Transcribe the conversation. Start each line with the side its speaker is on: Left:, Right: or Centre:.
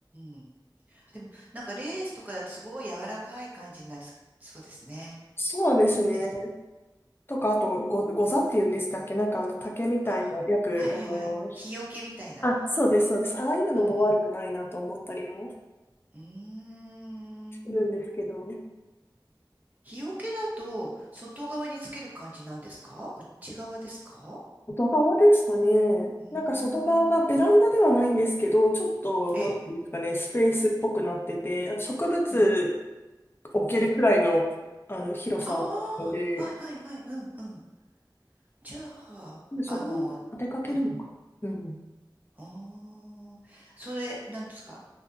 Right: んうん。あでも、なんかレースとかだとすごい柔らかい感じになりそうですね。
Left: そうですね。
Right: レースとか。
Left: とか、あと、ご、ござっていうんでしたっけなんかあの竹みたいな、
Right: ああ、
Left: よく、
Right: はいはいはい。
Left: あの、
Right: 日よけみたいな。
Left: あ、そうです、そうです。ああいうのも悪くないなと思ったりも
Right: うんうん。うーん。
Left: するんですけど。
Right: あ日よけだと外側につける感じなんですか内側ですか
Left: 外側ですかね。
Right: うーん。
Left: なんか外側がベランダではないんですけど、ちょっと、なんていうんですかね、
Right: ええ。
Left: スペースっぽくなってて、あの植物
Right: うん。
Left: 置けるくらいの、
Right: うん。
Left: あの広さはあるので、
Right: ああ、はいはいはい。うんうん。じゃあ、
Left: で、そこに当てかけるのか。
Right: あの、はい。
Left: うん。
Right: ああ、それ、なんですか